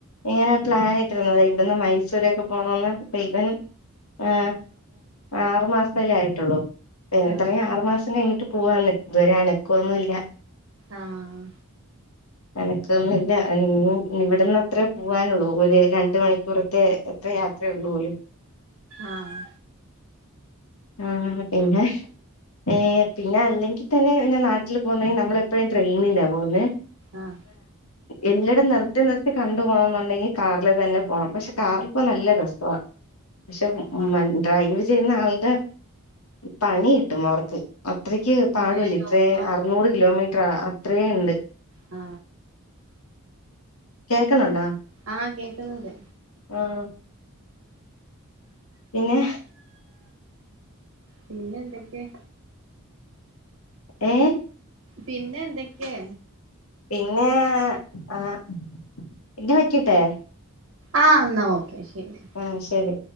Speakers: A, on the left (about 80°); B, on the right (about 70°).
A: ഇങ്ങനെ പ്ലാൻ ഇട്ടിരുന്നു അതെ ഇവിടുന്ന് മൈസൂരൊക്കെ പോണന്ന് പ്പ ഇവൻ ആ ആറു മാസ ആയിട്ടുള്ളൂ
B: ആഹ്
A: ഇത്രയും ആറുമാസം കഴിഞ്ഞിട്ട് പോവാണ് ഇതുവരെയാണ് അനക്കന്നുഇല്ല
B: ആഹ്
A: എനക്കൊന്നുമില്ല ന ഇവിടന്ന്ത്രേ പോവാനുള്ളൂ ഒരു രണ്ട് മണിക്കൂർ പ്പെ എത്ര യാത്രയ ഉള്ള പോലും
B: ആഹ്
A: ആ പിന്നെ ഏ പിന്നെ അല്ലെങ്കിൽ തന്നെ പിന്നെ നാട്ടിൽ പോകുന്നെിൽ നമ്മള എപ്പോഴും ട്രെയിനിലാ പോകുന്നത്
B: ആഹ്
A: എല്ലായിടും നിർത്തി നിർത്തി കണ്ട് പോകുന്നുണ്ടെങ്കിൽ കാറില് തന്നെ പോണം പക്ഷെ കാറിൽ ഇപ്പോ നല്ല രസവാ പക്ഷെ
B: ആഹ്
A: ഡ്രൈവ് ചെയ്യുന്ന ആളുടെ പണി കിട്ടും അവർക്ക് അത്രയ്ക്ക്
B: കൊറേ
A: പാടുല്ല
B: ലോങ്ങാവും
A: ഇത്രേ അർനൂറ് കിലോമീറ്റർ അത്രയ ഉണ്ട്
B: ആ
A: കേൾക്കണണ്ടോ
B: ആഹ് കേൾക്കുന്നുണ്ട്
A: ആഹ് പിന്നെ
B: പിന്നെ എന്തൊക്കെ
A: ഏ.
B: പിന്നെ എന്തൊക്കെ
A: പിന്നെ ആഹ് ഇന്ന വെക്കട്ടെ
B: ആഹ്എന്നാ ഓക്കെ ശരി
A: ഉം ശരി